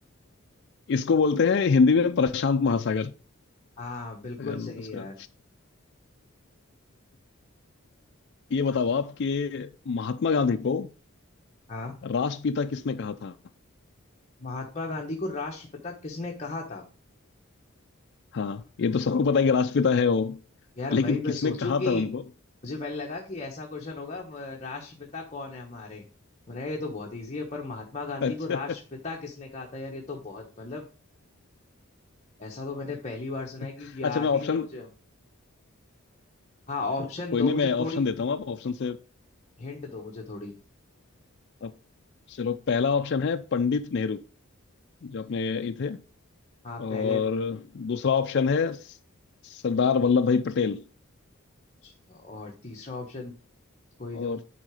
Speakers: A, on the left (about 50°); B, on the left (about 30°).
A: इसको बोलते हैं हिंदी में प्रशांत महासागर
B: हाँ बिल्कुल
A: अगर
B: सही
A: उसका
B: यार
A: ये बताओ आप कि महात्मा गांधी को
B: हाँ
A: राष्ट्रपिता किसने कहा था
B: महात्मा गांधी को राष्ट्रपिता किसने कहा था
A: हाँ ये तो सबको पता है कि राष्ट्रपिता है वो
B: यार
A: लेकिन
B: वही मैं
A: किसने
B: सोचूं
A: कहा
B: कि
A: था उनको
B: मुझे पहले लगा कि ऐसा क्वेश्चन होगा म, राष्ट्रपिता कौन है हमारे मैंने ये तो बहुत इजी है पर महात्मा गांधी
A: अच्छा
B: को राष्ट्रपिता किसने कहा था यार ये तो बहुत मतलब ऐसा तो मैंने पहली बार सुना है क्योंकि
A: <laughs>
B: याद
A: अच्छा मैं ऑप्शन
B: ही नहीं है मुझे हाँ ऑप्शन
A: कोई
B: दो
A: नहीं
B: मुझे
A: मैं ऑप्शन
B: थोड़ी
A: देता हूँ आप ऑप्शन से
B: हिंट दो मुझे थोड़ी
A: आप चलो पहला ऑप्शन है पंडित नेहरू जो अपने ये थे
B: हाँ
A: और
B: पहले
A: दूसरा ऑप्शन है स- सरदार वल्लभ भाई पटेल
B: अच्छा, और तीसरा ऑप्शन कोई
A: और
B: दो